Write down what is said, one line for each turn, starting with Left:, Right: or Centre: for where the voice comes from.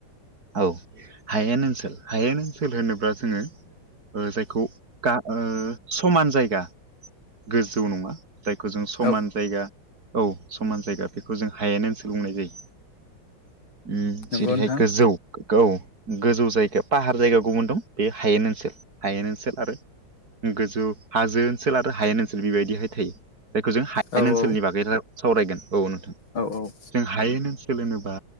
Right: औ हायेन ओनसोल हायेन ओनसोल होनोब्ला जोंङो जायखौ गा ओ समान जायगा। गोजौ नंङा जायखौ जों समान
Left: औ
Right: जायगा औ समान जायगा बेखौ जों हायेन‌ ओनसोल बुंनाय जायो। उम
Left: नंगौ
Right: जेरैहाय
Left: नोंथां
Right: गोजौ औ गोजौ जायगा पाहार जायगा गुबुन दं। बे हायेन ओनसोल हायेन ओनसोल आरो गोजौ हाजो ओनसोल आरो हायेन ओनसोल बेबायदिहाय थायो। जायखौ जों हायेन
Left: औ
Right: ओनसोलनि बागै राय सावरायगोन औ नोंथां।
Left: औ औ।
Right: जों हायेन ओनसोल होनोबा